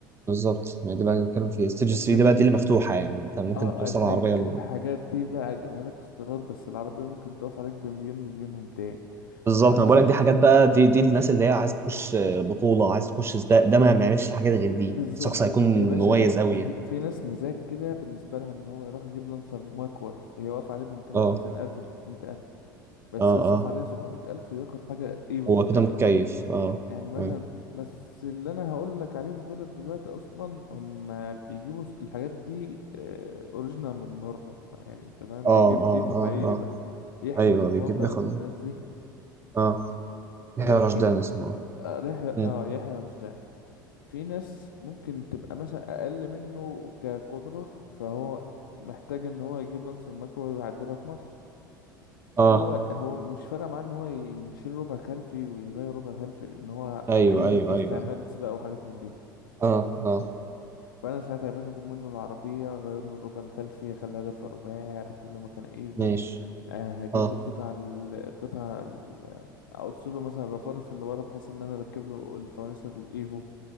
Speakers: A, on the right (about 20°); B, on the left (about 75°).
A: بالظبط ما دي بقى بنتكلم في ستيج
B: بس
A: 3
B: ال...
A: دي بقى دي اللي مفتوحه يعني انت ممكن
B: اه
A: توصل
B: الحاج...
A: العربيه ل...
B: الحاجات دي بقى اجيبها لك استيراد بس العربية ممكن تقف عليك بمليون مليون ومتين
A: بالظبط
B: وعلى
A: انا
B: فكرة
A: بقول لك دي حاجات بقى دي دي الناس اللي هي عايز تخش بطوله عايز تخش سباق ده ما معناش حاجات غير دي
B: بالظبط
A: الشخص هيكون
B: يا باشا
A: مميز
B: لا
A: قوي
B: في,
A: يعني
B: في ناس مزاج كده بالنسبة لها ان هو يروح يجيب لانسر مكوة هي واقف عليه ب 250
A: اه
B: ألف و 300 ألف بس
A: اه
B: يصرف
A: اه
B: عليها 700 ألف وياخد حاجة ايفو
A: هو
B: في الآخر
A: كده متكيف اه
B: يعني مثلا
A: اه
B: بس اللي انا هقول لك عليهم دول دلوقتي اصلا هم بيجيبوا س- الحاجات دي اوريجينال من بره يعني انت فاهم
A: اه
B: بيجيب
A: اه
B: ايفو
A: اه
B: حقيقي
A: اه.
B: بقى يحيى
A: ايوه
B: رضوان
A: بيجيب
B: بقى
A: بياخد
B: والناس دي
A: اه يحيى
B: ممكن
A: رشدان اسمه اه
B: آه، ريح-
A: مم.
B: آه، يحيى رشدان في ناس ممكن تبقى مثلا اقل منه كقدرة فهو محتاج ان هو يجيب لانس المكوى ويعدلها في مصر
A: اه
B: هو هو مش فارق معاه ان هو يشيل ربع خلفي ويغير ربع خلفي لان هو
A: ايوه
B: عايزها
A: ايوه
B: في استعمال
A: ايوه أيوة.
B: سباق وحاجات من دي
A: اه اه
B: فانا ساعتها يا باشا اخد منه العربيه اغير له الربع الخلفي اخليها دفع رباعي اركب له مكان ايفو
A: ماشي
B: أه هجيب
A: اه
B: له قطع ال- قطع ال- اقص له مثلا الرفرف اللي ورا بحيث ان انا اركب له الفوانيس الايفو